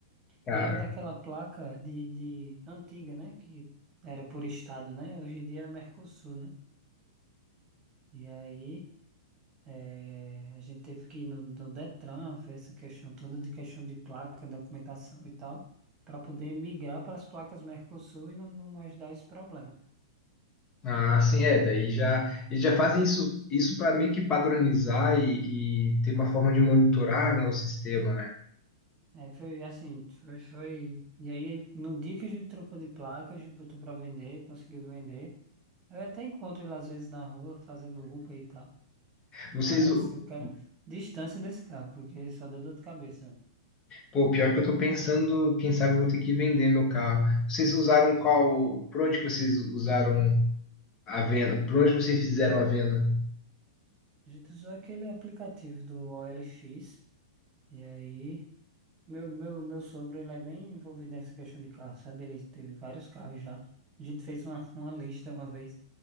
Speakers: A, on the left; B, on the right.
A: cara.
B: E era daquela placa de, de antiga, né? Que era por estado, né? Hoje em dia é Mercosul, né? E aí. É, a gente teve que ir no, no Detran ver essa questão toda de questão de placa, documentação e tal, para poder migrar para as placas Mercosul e não, não mais dar esse problema.
A: Ah, sim, é. Daí já eles já fazem isso isso para meio que padronizar e, e ter uma forma de monitorar, né, o sistema, né?
B: É, foi assim, foi, foi- E aí, no dia que a gente trocou de placa, a gente botou para vender, conseguiu vender. Eu até encontro ele às vezes na rua fazendo Uber e tal, mas
A: Vocês, u-
B: eu quero distância desse carro, porque só deu dor de cabeça. né?
A: pô, pior que eu tô pensando, quem sabe eu vou ter que vender meu carro. Vocês usaram qual? Por onde que vocês usaram a venda? Por onde vocês fizeram a venda?
B: A gente usou aquele aplicativo do OLX. E aí, meu, meu, meu sogro, ele é bem envolvido nessa questão de carro, sabe? Ele teve vários carros já. A gente fez uma, <laughs> uma lista uma vez,